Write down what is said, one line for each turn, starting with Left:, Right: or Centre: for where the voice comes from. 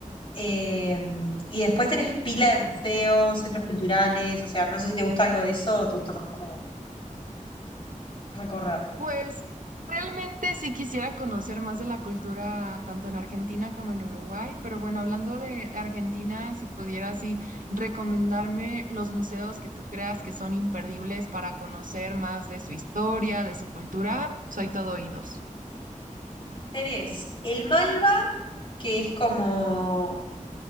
Left: Eh, y después tenés pila de museos, centros culturales, o sea, no sé si te gusta algo de eso o te gusta más como recorrer.
Right: Pues realmente sí quisiera conocer más de la cultura tanto en Argentina como en Uruguay, pero bueno, hablando de, de Argentina, si pudieras sí, recomendarme los museos que tú creas que son imperdibles para conocer más de su historia, de su cultura, soy todo oídos.
Left: Tenés el Malva, que es como